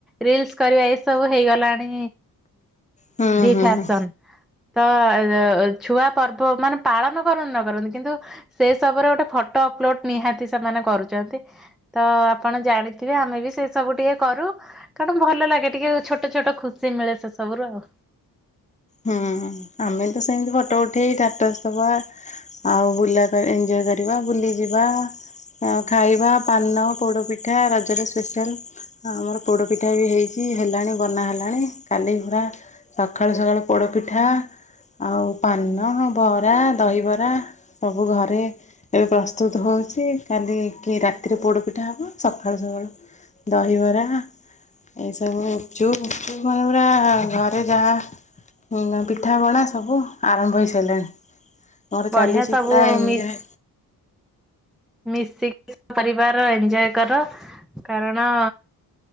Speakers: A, in the centre; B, on the left.
A: ରିଲସ୍ କରିବା ଏସବୁ ହେଇଗଲାଣି
B: ହୁଁ
A: ଦି
B: ହୁଁ।
A: ଫ୍ୟାସନ୍। ତ ଛୁଆ ପର୍ବପର୍ବାଣୀ ପାଳନ କରନ୍ତୁ ନ କରନ୍ତୁ କିନ୍ତୁ ସେ ସବୁର ଗୋଟେ ଫଟୋ ଅପଲୋଡ ନିହାତି ସେମାନେ କରୁଛନ୍ତି। ତ ଆପଣ ଜାଣିଥିବେ ଆମେ ବି ସେ ସବୁ ଟିକେ କରୁ। କାରଣ ଭଲ ଲାଗେ ଟିକେ ଛୋଟଛୋଟ ଖୁସି ମିଳେ ସେ ସବୁରୁ ଆଉ।
B: ହୁଁ ହୁଁ ଆମେ ତ ସେମିତି ଫଟୋ ଉଠେଇ ଷ୍ଟାଟସ୍ ଦବା ଆଉ ବୁଲା ଟା ଏଞ୍ଜୟ୍ କରିବା ବୁଲି ଯିବା ଆଉ ଖାଇବା ପାନ ପୋଡ଼ପିଠା ରଜରେ ସ୍ପେସିଆଲ। ଆମର ପୋଡ଼ ପିଠା ବି ହେଇଛି ହେଲାଣି ବନା ହେଲାଣି କାଲି ପୁରା ସକାଳୁ ସକାଳୁ ପୋଡ଼ ପିଠା ଆଉ ପାନ ବରା ଦହିବରା ସବୁ ଘରେ ଏବେ ପ୍ରସ୍ତୁତ ହଉଛି କାଲି କି ରାତିରେ ପୋଡ଼ ପିଠା ହବ, ସଖାଳୁ ସଖାଳୁ ଦହିବରା ଏଇସବୁ ଗୁପଚୁପ୍ ଫୁଫଚୁପ୍ ମାନେ ପୁରା ଘରେ ଯାହା ହୁଁ ନା ପିଠାପଣା ସବୁ ଆରମ୍ଭ ହେଇସାରିଲାଣି ମୋର
A: ବଢିଆ
B: ଚାଲିଛି
A: ସବୁ
B: ପୁରା ଏଞ୍ଜୟ୍
A: ମିସ୍ ମିଶିକି ପରିବାର ଏଞ୍ଜୟ୍ କର କାରଣ